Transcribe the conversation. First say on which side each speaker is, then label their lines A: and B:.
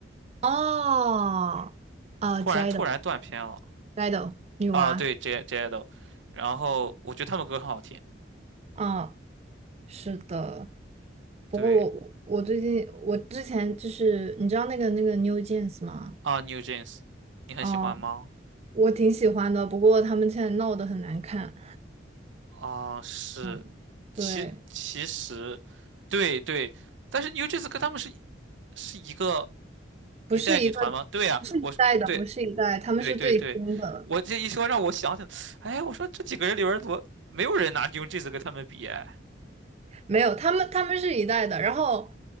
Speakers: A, on the right; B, on the right.
A: 哦，啊
B: 突然突然断片了
A: j i d o j i d o 女娃。
B: 啊，对，J J a d o 然后我觉得他们歌很好听，
A: 嗯，是的。不过我我最近我之前就是你知道那个那个
B: 对
A: New Jeans 吗？
B: 啊，New Jeans，你很喜欢吗？
A: 哦，我挺喜欢的，不过他们现在闹得很难看。
B: 啊，是，
A: 嗯，
B: 其其实，
A: 对，
B: 对对，但是 New Jeans 跟他们是是一个
A: 不是一个，
B: 一代女团吗？对呀、
A: 不是一代的，
B: 我是对
A: 不是一代，他们是最新的。
B: 对对对，我这一说让我想起来，哎，我说这几个人里边儿怎么没有人拿 New Jeans 跟他们比？哎
A: 没有，他们他们是一代的。然后